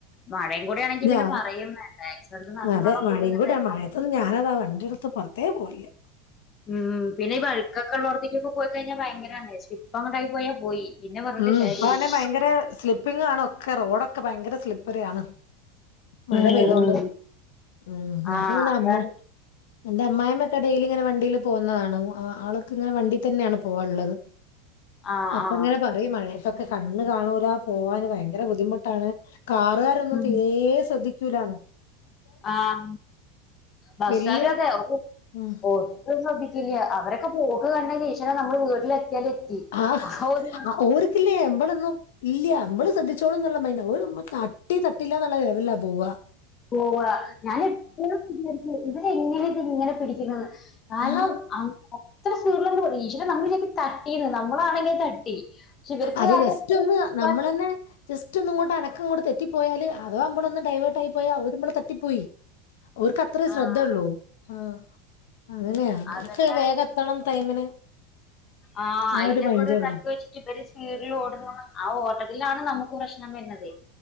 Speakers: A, on the left (about 25°); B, on the left (about 80°).
A: മഴ കൂടി ആണെങ്കിൽ
B: ഞാ
A: പിന്നെ പറയും വേണ്ട ഏക്സ്ലേറ്റർ നല്ലോണ്ണം
B: അതെ മഴയും
A: കൂടുന്നുണ്ടായിരി
B: കൂടെ മഴയത്തൊന്നും ഞാനതാ വണ്ടിയെടുത്ത് പെറത്തേ പോവേല്ല
A: ഉം പിന്നെ ഈ വഴക്കെക്കെ ഉള്ളോട്ത്ത്ക്ക് പോയി കഴിഞ്ഞാ ഭയങ്കരാണ് സ്ലിപ്പ് അങ്ങട്ടായാ പോയാൽ പോയി പിന്നെ പറഞ്ഞിട്ട്
B: ഉം
A: കാര്യല്ല
B: ഇപ്പാണെ ഭയങ്കര സ്ലിപ്പിങ്ങാണ് ഒക്കെ റോഡൊക്കെ ഭയങ്കര സ്ലിപ്പറി ആണ് മഴ
A: ഉം
B: പെയ്തൊണ്ട്
A: ഉം
B: ഉം ഞാനിങ്ങനെ
A: ആഹ് അതാണ്
B: അമ്മ എന്റെ അമ്മായിമ്മ ഒക്കെ ഡെയിലി ഇങ്ങനെ വണ്ടില് പോവുന്നതാണ് ആൾക്ക്ങ്ങനെ വണ്ടി തന്നെയാണ് പോവാള്ളത്
A: ആഹ്
B: അപ്പങ്ങനെ
A: ആഹ്
B: പറ ഈമഴയതെക്കെ കണ്ണ് കാണൂല പോവാന് ഭയങ്കര ബുദ്ധിമുട്ടാണ് കാറാര് തെന്നും
A: ഉം
B: തീരെ ശ്രദ്ധിക്കൂലാണു
A: ആഹ് ബസ്സാരു
B: വല്യ
A: അതെ ഓ
B: ഉം
A: ഒന്നും ശ്രദ്ധിക്കില്ല അവരൊക്കെ പോക് കണ്ട ഇന്റെ ഈശ്വരാ നമ്മള് വീട്ടില് എത്തിയാൽ എത്തി
B: ആഹ്
A: ആ ഒരു
B: ഓർക്കില്ലേ എമ്പളൊന്നും ഇല്ല എമ്പള് ശ്രദ്ധിച്ചേളുന്നുള്ള മൈന്റാ ഓല് നമ്മളെ തട്ട് ട്ടി തട്ടില്ല എന്നുള്ള ലെവലിലാ പോവുക
A: പോവ ഞാൻ എപ്പഴും വിചാരിക്കും ഇവര് എങ്ങനെ ഇത് ഇങ്ങനെ പിടിക്കുന് കാരണം
B: ആഹ്
A: അത്ര സ്പീഡ്‌ല്ണ്ട് പോന്ന് ഈശര്യ നമ്മള് വിചാരിക്കും തട്ടീന്ന് നമ്മളാണെങ്കി തട്ടി. ക്ഷെ ഇവർക്ക്അത്
B: അത് ജസ്റ്റ്
A: <unintelligible>
B: ഒന്ന് നമ്മള് തന്നെ ജസ്റ്റ് ഒന്നങ്ങോണ്ട് അനക്കങ്ങോട്ട് തെറ്റിപ്പോയാല് അഥവാ അപ്പാട്‌ ഒന്ന് ഡൈവേർട്ട് ആയി പോയാ അവര് നമ്മള തറ്റിപ്പോയി ഓർക്ക് അത്രേ ശ്രദ്ധയള്ളൂ
A: ആഹ്
B: ആ അങ്ങനെയ അവർക്ക്
A: അതന്നെയാണേ
B: വേഗം എത്തണം ടൈമിന്
A: ആഹ് അയിനൊക്കെ
B: ആ മൈൻഡേ
A: ഒരു
B: ഉള്ളൂ.
A: തട്ടു വെച്ച് ഇവര് സ്പീഡിൽ ഓടുന്നു ആ ഓട്ടത്തിലാണ് നമുക്ക് പ്രശ്നം വരുന്നത്.